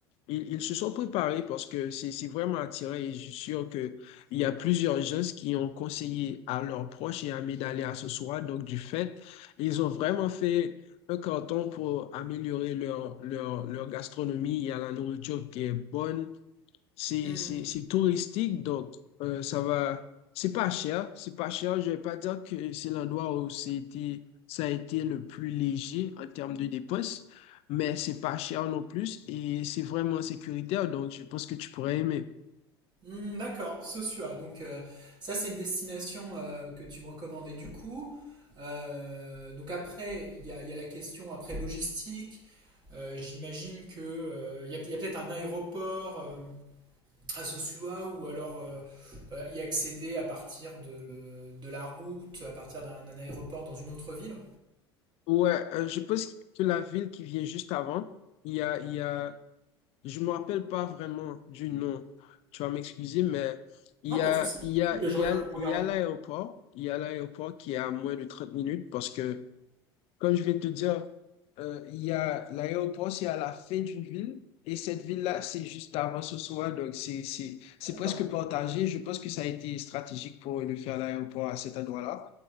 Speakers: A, on the left (about 45°); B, on the right (about 30°).
A: ils, ils se sont préparés parce que c'est, c'est vraiment attirant et je suis sûr que il y a plusieurs gens qui ont conseillé à leurs proches et amis d'aller à ce soir. Donc, du fait, ils ont vraiment fait un canton pour améliorer leur, leur, leur gastronomie. Il y a la nourriture qui est bonne c'est
B: Mm.
A: c'est- c'est touristique, donc euh, ça va. C'est pas cher, c'est pas cher. Je vais pas dire que c'est l'endroit où c'était, ça a été le plus léger en termes de dépenses, mais c'est pas cher non plus et c'est vraiment sécuritaire, donc je pense que tu pourrais aimer.
B: Hmm, d'accord, Sosua. Donc euh, ça, c'est une destination euh, que tu me recommandes. Et du coup, euh, donc après, il y a, il y a la question après logistique. Euh, j'imagine que euh, il y a, il y a peut-être un aéroport euh, à Sosua ou alors euh, euh, y accéder à partir de, de la route, à partir d'un d'un aéroport dans une autre ville.
A: Ouais, euh, je pense que la ville qui vient juste avant, il y a, il y a, je me rappelle pas vraiment du nom, tu vas m'excuser, mais il
B: Non,
A: y
B: pas
A: a,
B: de souci.
A: il y
B: Si,
A: a,
B: ben,
A: il
B: Je
A: y
B: regarde,
A: a,
B: on regarde.
A: il y a l'aéroport, il y a l'aéroport qui est à moins de trente minutes parce que Comme je vais te dire, euh, il y a l'aéroport, c'est à la fin d'une ville. Et cette ville-là, c'est juste avant ce soir. Donc, c'est, c'est, c'est
B: Ah, d'accord.
A: presque partagé. Je pense que ça a été stratégique pour de faire l'aéroport à cet endroit-là.